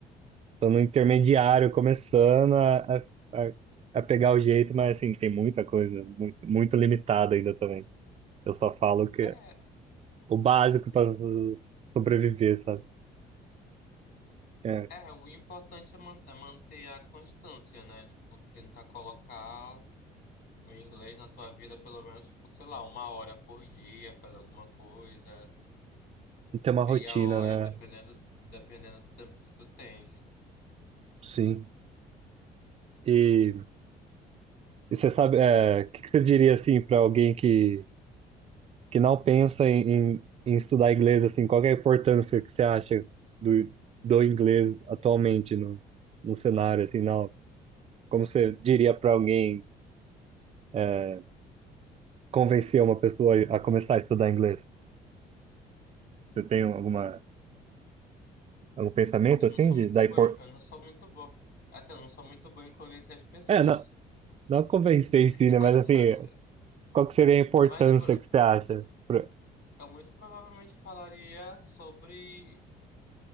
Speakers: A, on the right; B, on the left.
A: tô no intermediário, começando a, a, a a pegar o jeito, mas assim, tem muita coisa, muito, muito limitada ainda também. Eu só falo que
B: É,
A: é o básico para sobreviver, sabe? É,
B: é, o importante é, man- é manter a constância, né? Tipo, tentar colocar o inglês na tua vida pelo menos, por, sei lá, uma hora por dia, fazer alguma coisa,
A: e ter uma
B: meia
A: rotina,
B: hora, dependendo,
A: né?
B: dependendo do tempo que tu tens.
A: Sim. E, e você sabe, é, o que, que você diria assim para alguém que, que não pensa em, em, em estudar inglês, assim, qual que é a importância que você acha do, do inglês atualmente no, no cenário, assim, não? Como você diria para alguém? é, convencer uma pessoa a começar a estudar inglês? Você tem alguma, algum pensamento
B: Eu
A: assim
B: não sou
A: de
B: muito
A: da
B: bom,
A: impor...
B: eu não sou muito bom. Assim, eu não sou muito bom em convencer as pessoas.
A: É, não, não convencer em si,
B: <laughs>
A: né?
B: Ah,
A: Mas assim,
B: fazer.
A: qual que seria a importância
B: Mas eu,
A: que você acha? pro-
B: eu muito provavelmente falaria sobre,